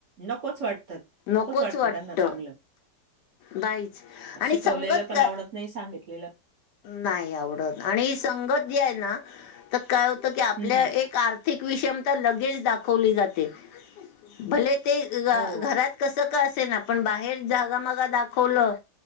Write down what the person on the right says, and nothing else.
नकोच वाटतं.
वाटतं
त्यांना चांगलं.
शिकवलेलं
पण आवडत नाही सांगितलेलं
हं, हं.
हो.